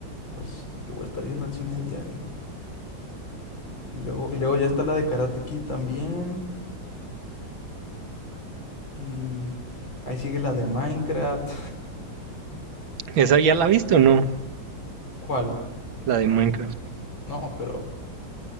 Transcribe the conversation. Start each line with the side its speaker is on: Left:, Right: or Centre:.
Left: pues yo voy a estar yendo al cine a diario. Y luego, y luego ya está la de Karate Kid también. Y ahí sigue la de Minecraft.
Right: ¿esa ya la viste o no?
Left: <laughs> ¿Cuál?
Right: La de Minecraft.
Left: No, pero